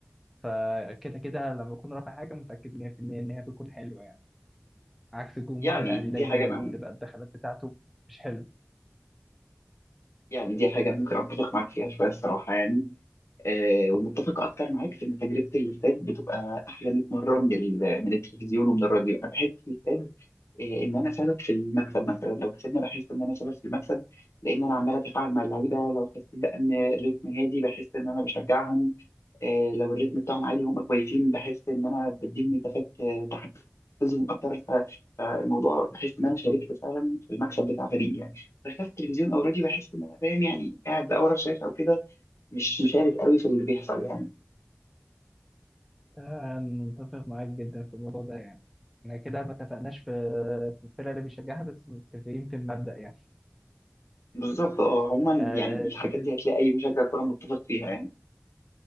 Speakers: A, in the centre; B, on the left.
A: فكده كده لما أكون رافع حاجة متأكد مية في المية إن هي بتكون حلوة يعني. عكس الجمهور
B: يعني
A: الأهلي دايما
B: دي حاجه أنا-
A: بتبقى الدخلات بتاعته مش حلو
B: يعني دي حاجه أنا ممكن اتفق معاك فيها شويه الصراحه يعني آه، ومتفق اكتر معاك في ان تجربه الاستاد بتبقى احلى 100 مره من ال- من التلفزيون ومن الراديو انا بحس في الاستاد آه، ان انا سبب في المكسب مثلا لو كسبنا بحس ان انا سبب في المكسب لان انا عمال اتفاعل مع اللعيبه لو حسيت بقى ان الريتم هادي بحس ان انا بشجعهم آه، لو الريتم بتاعهم عالي وهم كويسين بحس ان انا بديهم نتافات آه، تحفزهم اكتر ف- فالموضوع بحس ان انا شاركت فعلا في المكسب بتاع فريقي يعني بخلاف التلفزيون او الراديو بحس ان انا فاهم يعني قاعد بقى ورا الشاشه او كده مش مشارك قوي في اللي بيحصل يعني
A: آه، متفق معاك جدا في الموضوع ده يعني احنا كده ما اتفقناش في في الفرقة اللي بيشجعها بس متفقين في المبدأ يعني
B: بالظبط اه عموما
A: آه،
B: يعني الحاجات دي هتلاقي اي مشجع كوره متفق فيها يعني